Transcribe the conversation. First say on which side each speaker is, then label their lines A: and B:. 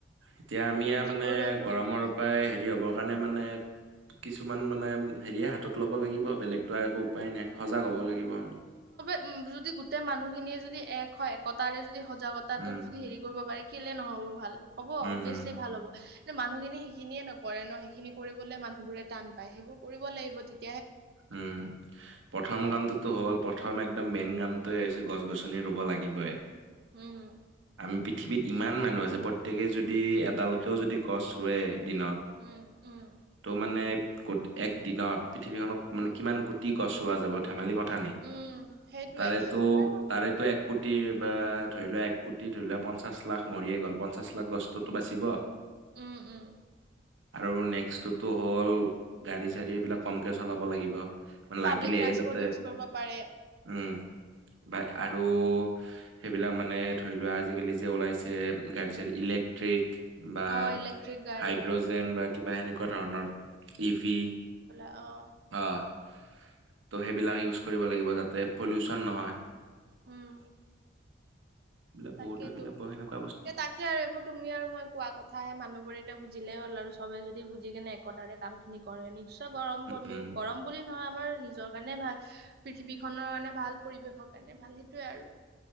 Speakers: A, on the right; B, on the right.
A: এতিয়া আমি আৰু
B: জীৱ
A: মানে,
B: জন্তু
A: গৰমৰ পৰাই। হেৰি হ'বৰ কাৰণে মানে, কিছুমান মানে, হেৰিয়ে হাতত ল'ব লাগিব। বেলেগতো আৰু একো উপায় নাই। সজাগ হ'ব লাগিব আমি।
B: উম্, যদি গোটেই মানুহ খিনিয়ে যদি এক হয়, একতাৰে যদি সজাগতাটোত
A: উম,
B: যদি হেৰি কৰিব পাৰে। কেলে নহ'ব ভাল? হ'ব
A: উম,
B: অবিয়েচলি
A: উম।
B: ভাল হ'ব। মানুহখিনি সেইখিনিয়ে নকৰে ন? সেইখিনি কৰিবলৈ মানুহবোৰে টান পায়। সেইবোৰ কৰিব লাগিব তেতিয়া।
A: উম্। প্ৰথম কামটো। টো হ'ল - প্ৰথম একদম মেইন কামটোৱে হৈছে, গছ-গছনি ৰুব লাগিবই।
B: উম
A: আমি পৃথিৱীত ইমান মানুহ আছে, প্ৰত্যেকেই যদি এডালকেও যদি গছ ৰুৱে দিনত,
B: উম উম
A: ত' মানে ক'ত এক দিনত, পৃথিৱীখনক মানে
B: উম
A: কিমান কোটি গছ ৰুৱা যাব, ধেমালিৰ কথা নেকি?
B: উম, সেইটোৱে
A: তাৰেতো
B: আৰু
A: তাৰেতো এক কোটিৰ বা ধৰি লোৱা এক কোটি ধৰি লোৱা পঞ্চাশ লাখ মৰিয়ে গ'ল, পঞ্চাশ লাখ গছটোতো বাচিব।
B: উম উম।
A: আৰু নেক্সতোতো হ'ল, গাড়ী- চাৰি এইবিলাক কমকে চলাব লাগিব।
B: পাব্লিক
A: লাগিলে
B: ট্ৰান্সপৰ্ট
A: যাতে,
B: ইউজ কৰিব পাৰে
A: উম। বা আৰু, সেইবিলাক মানে ধৰি লোৱা, আজিকালি যে ওলাইছে গাড়ী চাৰি ইলেকট্ৰিক বা,
B: অ ইলেক্ট্ৰিক গাড়ী
A: হাইড্ৰজেন
B: অ
A: বা কিবা এনেকুৱা ধৰণৰ, ই ভি
B: অঁহ।
A: অ ত' সেইবিলাক ইউজ কৰিব লাগিব, যাতে পলিউচন নহয়।
B: উম।
A: এইবিলাক
B: তাকেতো।
A: <unintelligible>
B: এতিয়া তাকে আৰু এইবোৰ তুমি আৰু মই কোৱা কথাাহে। মানুহবোৰে এতিয়া বুজিলেই হ'ল আৰু চবে য বুজি কেনে একতাৰে কাম খিনি কৰে, নিশ্চয় গৰম কমিব,
A: উম
B: গৰম বুলি নহয় আমাৰ নিজৰ কাৰণেই ভাল। পৃথিৱীখনৰ কাৰণে ভাল, পৰিৱেশৰ কাৰণে ভাল, সেইটোৱেই আৰু।